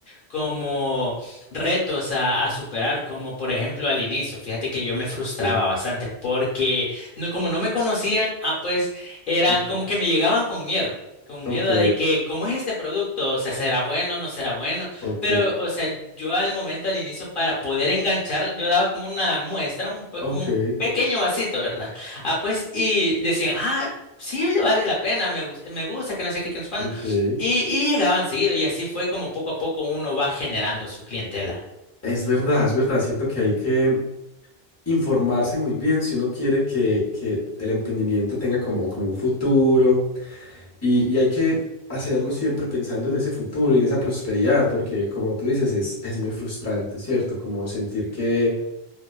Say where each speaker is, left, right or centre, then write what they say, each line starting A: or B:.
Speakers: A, on the left; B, on the left.
A: como retos a, a superar, como por ejemplo al inicio. Fíjate que yo me frustraba
B: sí.
A: bastante porque no, como no me conocían, ah, pues eran
B: Ujú.
A: como que me llegaban con miedo. con
B: Ok,
A: miedo de que, ¿cómo es este producto? O sea, ¿será bueno? ¿No será bueno?
B: ok,
A: Pero, o sea, yo al momento, al inicio, para poder enganchar, yo daba como una muestra, un, pe-
B: ok.
A: un pequeño vasito, ¿verdad? Ah, pues, y decían, ah, sí, vale la pena, me, gus- me gusta, que no sé qué, que no sé cuándo.
B: Ok.
A: Y, y llegaban seguido, y así fue como poco a poco uno va generando su clientela.
B: Es verdad, es verdad. Siento que hay que informarse muy bien si uno quiere que, que el emprendimiento tenga como, como un futuro y, y hay que hacerlo siempre pensando en ese futuro y en esa prosperidad, porque como tú dices, es, es muy frustrante, ¿cierto? Como sentir que